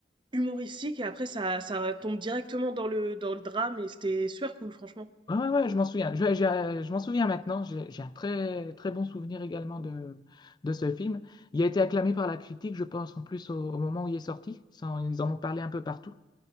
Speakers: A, on the right; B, on the left.
A: humoristique et après ça ça tombe directement dans le dans le drame et c'était super cool franchement.
B: Ouais, ouais, ouais, je m'en souviens. Je, je- je m'en souviens maintenant. J'ai j'ai un très, très bon souvenir également de, de ce film. Il a été acclamé par la critique, je pense, en plus au, au moment où il est sorti. Ça, ils en ont parlé un peu partout.